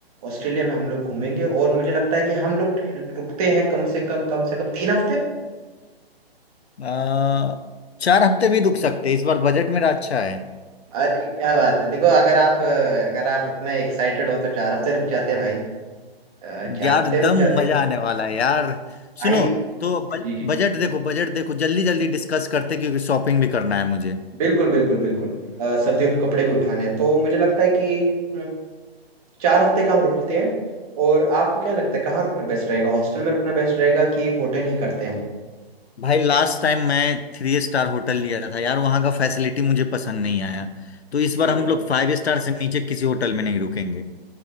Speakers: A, on the right; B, on the left.
A: ऑस्ट्रेलिया में हम लोग घूमेंगे और मुझे लगता है कि हम लोग रुकते हैं कम से कम कम से कम तीन हफ्ते
B: आ, चार हफ्ते भी रुक सकते हैं। इस बार बजट मेरा अच्छा है
A: अरे क्या बात है देखो अगर आप अ, अगर आप इतना एक्साइटेड हो तो चार हफ्ते रुक जाते हैं भाई अ, चार
B: यार
A: हफ्ते
B: एकदम
A: रुक जाते
B: मजा
A: हैं
B: आने वाला है यार
A: भाई
B: सुनो तो ब,
A: जी जी
B: बजट देखो बजट देखो जल्दी जल्दी डिस्कस करते हैं, क्योंकि शॉपिंग भी करना है मुझे
A: बिल्कुल बिल्कुल बिल्कुल अ, सर्दियों के कपड़े भी उठाने हैं तो मुझे लगता है कि अम, चार हफ्ते का हम रुकते हैं और आपको क्या लगता है कहाँ रुकना बेस्ट रहेगा हॉस्टल में रुकना बेस्ट रहेगा कि होटल ही करते हैं
B: भाई लास्ट टाइम मैं थ्री स्टार होटल लिया था यार वहां का फैसिलिटी मुझे पसंद नहीं आया तो इस
A: ठीक
B: बार हम
A: है
B: लोग फाइव स्टार से नीचे किसी होटल में नहीं रुकेंगे